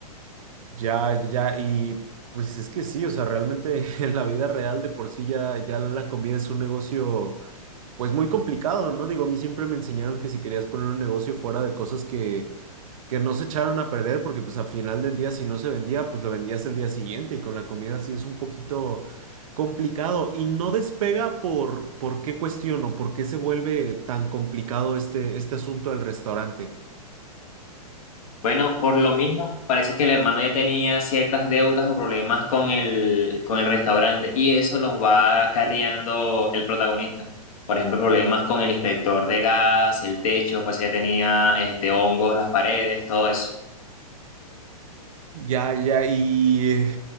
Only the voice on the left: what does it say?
Bueno, por lo mismo, parece que el hermano ya tenía ciertas deudas o problemas con el, con el restaurante y eso los va acarreando el protagonista. Por ejemplo, problemas con el inspector de gas, el techo, pues ya tenía este, hongos, las paredes, todo eso.